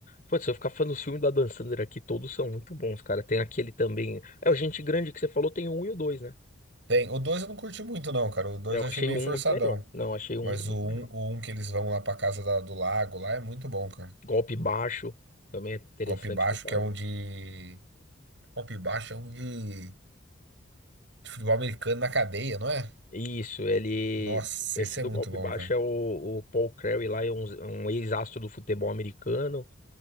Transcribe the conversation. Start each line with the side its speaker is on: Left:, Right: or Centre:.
Left: putz, se eu ficar falando dos filmes do Adam Sandler aqui, todos são muito bons, cara. Tem aquele também. É, o Gente Grande que você falou, tem o um e o dois, né?
Right: Tem. O 2 eu não curti muito, não, cara. O 2
Left: Eu
Right: eu
Left: achei
Right: achei meio
Left: o um
Right: forçadão.
Left: muito melhor. Não, achei o
Right: Mas
Left: um muito
Right: o um,
Left: melhor.
Right: o um que eles vão lá pra casa da- do lago lá é muito bom, cara.
Left: Golpe baixo também é interessante
Right: Golpe baixo,
Left: pra caramba.
Right: que é um de. Golpe baixo é um de... de futebol americano na cadeia, não é?
Left: Isso, ele.
Right: Nossa,
Left: Esse
Right: esse
Left: do
Right: é muito
Left: golpe
Right: bom,
Left: baixo
Right: cara.
Left: é o, o Paul Crewe lá, é um, um ex-astro do futebol americano.